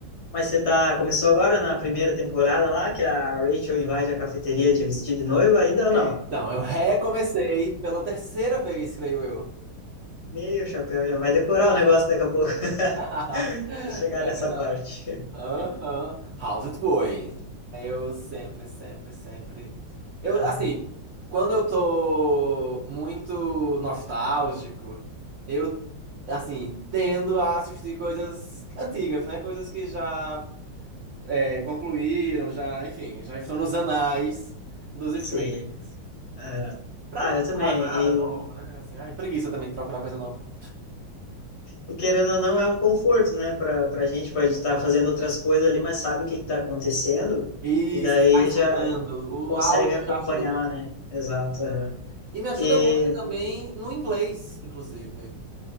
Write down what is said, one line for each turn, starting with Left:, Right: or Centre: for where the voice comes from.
Left: Mas você tá, começou agora na primeira temporada lá, que a Rachel invade a cafeteria de vestir de noiva, ainda ou
Right: É,
Left: não?
Right: então, eu recomecei pela terceira vez, creio eu.
Left: Meu chapéu, já vai decorar o negócio daqui a pouco.
Right: <laughs>
Left: <laughs> Vai chegar
Right: É
Left: nessa
Right: verdade.
Left: parte. <laughs>
Right: Aham. How's it going? Eu sempre, sempre, sempre. Eu,
Left: Ah,
Right: assim, quando eu tô muito nostálgico, eu, assim, tendo a assistir coisas antigas, né? Coisas que já é, concluíram, já, enfim, já estão nos anais dos
Left: sim.
Right: streamings.
Left: Aham.
Right: Pra
Left: Ah,
Right: não procurar
Left: eu também.
Right: nada novo,
Left: E,
Right: né? Assim, ai, preguiça também de procurar coisa nova.
Left: e querendo ou não, é um conforto, né, para para gente, pode estar fazendo outras coisas ali, mas sabe o que está acontecendo,
Right: Isso,
Left: e daí
Right: está escutando.
Left: já consegue
Right: O áudio
Left: acompanhar,
Right: já ajuda.
Left: né? Exato. aham.
Right: E me ajuda
Left: E
Right: muito também no inglês, inclusive.